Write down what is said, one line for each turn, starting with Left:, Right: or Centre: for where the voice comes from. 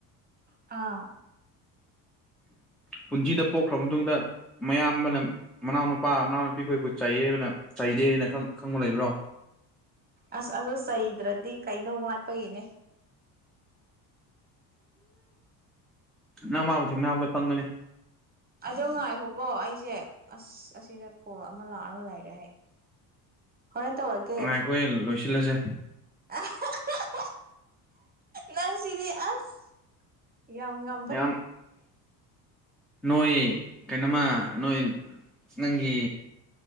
Right: ꯑꯥ
Centre: ꯄꯨꯟꯁꯤꯗ ꯄꯣꯛꯈ꯭ꯔ ꯃꯇꯨꯡꯗ ꯃꯌꯥꯝꯕꯅ ꯃꯅꯥꯎ ꯅꯨꯨꯄꯥ ꯃꯅꯥꯎꯅꯨꯄꯤ ꯈꯣꯏꯕꯨ ꯆꯩꯥꯏꯌꯦꯕꯅ ꯆꯩꯗꯦꯅ ꯈꯪꯕ ꯂꯩꯕ꯭ꯔꯣ
Right: ꯑꯁ ꯑꯗꯨ ꯆꯩꯗ꯭ꯔꯗꯤ ꯀꯩꯅꯣ ꯋꯥꯠꯄꯒꯤꯅꯦ
Centre: ꯅꯪ ꯃꯥꯕꯨ ꯊꯦꯡꯅꯕꯗ ꯈꯪꯒꯅꯤ
Right: ꯑꯗꯣ ꯉꯥꯏꯈꯣꯀꯣ ꯑꯩꯁꯦ ꯑꯁ ꯑꯁ ꯑꯁꯤꯗ ꯀꯣꯜ ꯑꯃ ꯂꯥꯛꯑꯒ ꯂꯩꯔꯦ ꯑꯩ ꯍꯣꯔꯦꯟ ꯇꯧꯔꯛꯀꯦ
Centre: ꯉꯥꯏꯈꯣꯍꯦ ꯂꯣꯏꯁꯤꯜꯂꯁꯦ
Right: ꯑꯍꯥ <unintelligible> ꯅꯪꯁꯤꯗꯤ ꯑꯁ ꯌꯥꯝ ꯉꯝꯃꯦ
Centre: ꯌꯥꯝ ꯅꯣꯏ ꯀꯩꯅꯣꯃ ꯅꯣꯏ ꯅꯪꯒꯤ